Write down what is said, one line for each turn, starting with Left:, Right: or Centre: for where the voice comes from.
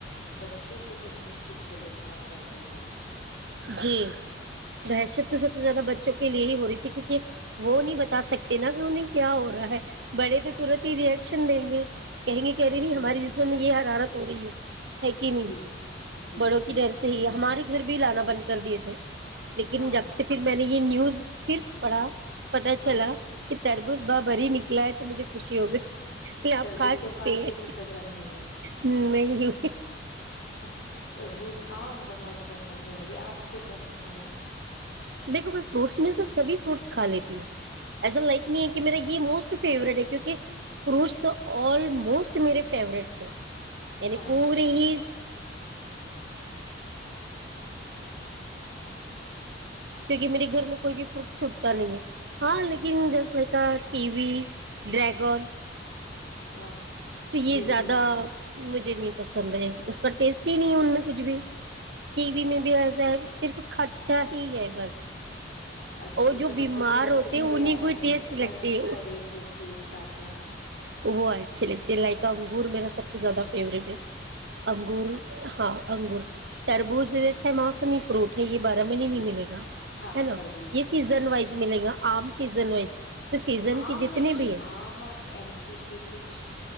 Left: بچوں کو تو کہیں کچھ غلط نہ کرتے ہاں <unintelligible>
Right: جی دحشت تو سب سے زیادہ بچ کے لیے ہی ہو رہی تھی کیونکہ وہ نہیں بتا سکتے نا کہ انہیں کیا ہو رہا ہے بڑے تو تورت ہی ریئشن دیں گے <unintelligible> کہیں گی کہہ رہی نی
Left: جی
Right: ہماری
Left: جی
Right: جسم میں یہ حرارت <unintelligible> اوری <unintelligible> ہے کہ نہیں
Left: جی جی
Right: بڑوں کی
Left: جی
Right: ڈر سے ہی
Left: جی
Right: ہے ہمارے
Left: ہاں
Right: گھر بھی لانا بنتا <unintelligible> کر دیے تھے <unintelligible> لیکن
Left: ہاں
Right: جب سے پھر میں نے یہ نیوز پھر پڑھا <unintelligible> پتا
Left: ہاں
Right: چلا <unintelligible> تربوز باہ بری ہی نکلا ہے تو مجھے خوش <unintelligible> ا ہو گئی پ آپ
Left: تربوز
Right: کھا
Left: کو
Right: سکتے
Left: پھانسی
Right: ہیں
Left: کی سزا نہیں
Right: نہیں ہو
Left: ہ تربوز آم بہت پسند ہے مجھے آپ کو کیا پسند ہے
Right: دیکھو میں فروٹس میں تو سبھی فروٹس کھا لیتی ہوں ایسا لائک نہیں ہے کہ میرا یہ موسٹ فیوریٹ ہے کیونکہ فروٹس تو آ موسٹ میرے فیورٹس ہے نی
Left: آج
Right: پور ہی <unintelligible> کیونکہ میرے گھر میں کوئی بھی فروٹ چھوٹتا نہیں ہے ہاں لیکن
Left: اچھا
Right: just like T V dragon
Left: ہاں
Right: تو یہ زیادہ
Left: نہیں کھا
Right: مج مجھے نہیں پسند ہے اس کا ٹیسٹ ہی نہیں ہے ان میں کچھ بھی ٹی وی میں بھی ای صرف کھٹا ہی ہے بس
Left: اچھا
Right: اور
Left: مطلب آپ
Right: بیمار
Left: کو جو رس
Right: ہوتے ہیں
Left: بھرے
Right: انہیں
Left: آتے
Right: کوئی ٹیسٹ
Left: ہیں رس
Right: لگتی ہے
Left: بھرے جو فروٹ سات
Right: وہ اچھے لگتے لائکا انگور میرا سب سے زیادہ فیوریٹ ہے انگور ہاں انگور تربوز میںیس موسمی فروٹ ہے یہ بارہ میں نہیں ملے گا
Left: ہاں
Right: نا
Left: تربوز
Right: یہ
Left: نہیں
Right: سیزن
Left: ملے گا
Right: وائز ملے گا آم سیزن وائز تو سیزن
Left: آم
Right: کے جتنے
Left: نہیں
Right: بھی ہیں
Left: آم آپ ای پی کے کچھ